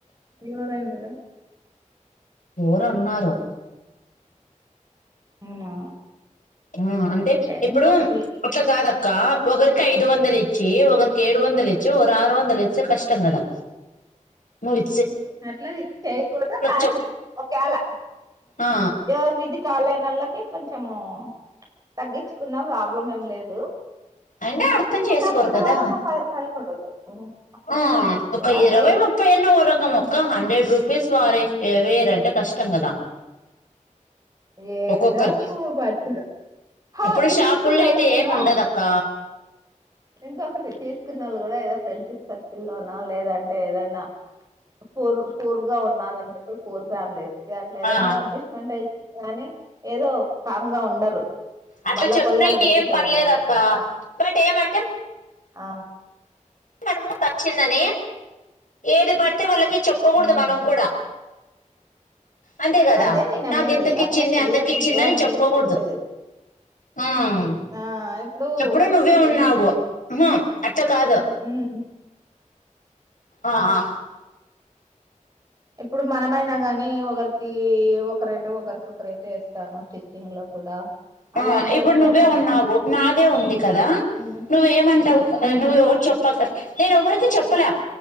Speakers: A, on the right; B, on the left.
A: ఎవరన్లేదా
B: ఎవరో అన్నారు
A: అవునా
B: మ్మ్ అంటే ఇప్పుడు
A: ఇంకొకటి
B: అట్లా కాదక్క ఒకరికి ఐదు వందలు ఇ చ్చి ఒకరికి ఏడు వందలు ఇచ్చి ఒక ఆరు వందలు ఇచ్చి కష్టం కదా మరి
A: అట్లా ఇది చేయకూడదు కానీ
B: చెప్
A: ఒకేళ
B: ఆ
A: రోజు ఇది కాలేనోళ్ళకి కొంచెము తగ్గిచ్చుకున్నా రార్ ప్రాబ్లెమ్ ఏం లేదు
B: అంటే అర్థం
A: ఉ
B: చేసుకోరు
A: ఒకేళ ఉండే
B: కదా
A: వాళ్ళకు ఒక పది రూపాయలు కూడా వద్దు ఉమ్, అట్లా
B: ఆ
A: అర్థం చేసుకో
B: ఒక
A: అంటే
B: ఇరవై ముప్పై అన్న ఓ రకము ఒక్క హండ్రెడ్ రూపీస్ వారైతే వేరంటే కష్టం కదా
A: ఏందో
B: ఒక్కొక్కరికి
A: మనుషులు హా
B: ఇప్పుడు
A: తీసుకున్నోళ్ళు
B: షాపుల్లో అయితే
A: కూడా
B: ఏమి ఉండదక్క
A: ఇంకొకటి తీసుకున్నోళ్లు కూడా ఏదో ఫ్రెండ్షిప్ సర్కిల్లో నా లేదంటే ఏదన్నా ఫూర్ ఫూర్ గా ఉన్నారని ఇప్పుడు పూర్ ఫ్యామిలీ వే అట్లాఏదన్నగా
B: ఆ
A: అడ్జస్ట్మెంట్ అయ్ కాని ఏదో కామ్ గా ఉండరు
B: అట్ల
A: మళ్ళా
B: చెప్పినా
A: పోయి ఆడ పెట్టింటారు
B: ఏం పర్లేదు
A: అనమాట
B: అక్క
A: పెంట
B: బట్ ఏమంటే
A: ఆ
B: మనము పచ్చిందని ఏది పడితే వాళ్ళకి చెప్పుకూడదు
A: ఉమ్
B: మనం కూడా అంతే కదా
A: అదే నేను అనేది
B: నాకు ఇంతకిచ్చింది
A: అట్లా చెయ్యకూడదు
B: అంతకిచ్చిందని
A: అనేది
B: చెప్పకూడదు
A: చెప్పేది
B: ఊమ్
A: ఆ! ఇప్పుడు
B: చౄప్పుడు నువ్వే ఉన్నావు
A: ఈ
B: ఉహూ అట్ట కాదు
A: హ్మ్.
B: ఆ ఆ
A: ఇప్పుడు మనమైనా గానీ ఒకరు ఈ ఒకరేటు ఒకరికి ఒకరేటు ఏస్తాము స్టిచ్చింగ్ లో కూడా అలా
B: ఆ
A: అంటే
B: ఇప్పుడు
A: ఎట్లయితుంది?
B: నువ్వే ఉన్నావు నాదే ఉంది కదా
A: హ్మ్.
B: నువ్వేమంటావు
A: హ్మ్.
B: నువ్వు ఎవరికి చెప్పక నేను ఎవరికి చెప్పలే